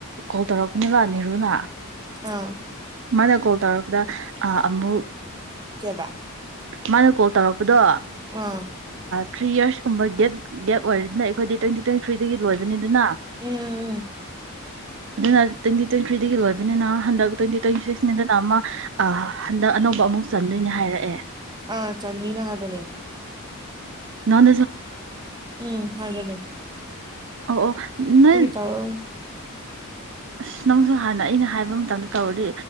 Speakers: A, on the right; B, on the right.
A: ꯀꯣꯜ ꯇꯧꯔꯛꯄꯅꯦꯕ ꯅꯤꯔꯨꯅ
B: ꯑꯥ
A: ꯃꯥꯅ ꯀꯣꯜ ꯇꯧꯔꯕꯗ ꯑꯃꯨꯛ
B: ꯀꯦꯕ
A: ꯃꯥ ꯀꯣ ꯇꯔꯛ ꯑꯗꯣ
B: ꯑꯥ
A: ꯊ꯭ꯔꯤ ꯌꯔꯁꯀꯨꯝꯕ ꯒꯦꯞ ꯒꯦꯞ ꯑꯣꯏꯔꯁꯤꯅ ꯑꯩꯈꯣꯏꯗꯤ ꯇ꯭ꯋꯦꯟꯇꯤ ꯇ꯭ꯋꯦꯟꯇꯤ ꯊ꯭ꯔꯤꯗꯒꯤ ꯂꯣꯏꯕꯅꯤꯗꯅ
B: ꯎꯝ ꯎꯝ ꯎꯝ
A: ꯑꯗꯨꯅ ꯇ꯭ꯋꯦꯟꯇꯤ ꯇ꯭ꯋꯦꯟꯇꯤ ꯊ꯭ꯔꯤꯗꯒꯤ ꯂꯣꯏꯕꯅꯤꯅ ꯍꯟꯗꯛ ꯇ꯭ꯋꯦꯟꯇꯤ ꯇ꯭ꯋꯦꯟꯇꯤ ꯁꯤꯛꯁꯅꯤꯗꯅ ꯑꯃ ꯍꯟꯗꯛ ꯑꯅꯧꯕ ꯑꯃꯨꯛ ꯆꯟꯗꯣꯏꯅꯦ ꯍꯥꯏꯔꯛꯑꯦ
B: ꯑꯥ ꯆꯥꯟꯅꯤꯅ ꯍꯥꯏꯕꯅꯦ
A: ꯅꯣꯟ
B: ꯎꯝ ꯍꯥꯏꯅꯦꯦ
A: ꯑꯣ ꯑꯣ ꯅꯣꯏ
B: ꯇꯧꯔꯔꯣꯏ
A: ꯑꯁ ꯅꯪꯁꯨ ꯍꯥꯟꯅ ꯑꯩꯅ ꯍꯥꯏꯕ ꯃꯇꯝꯗ ꯇꯧꯔꯗꯤ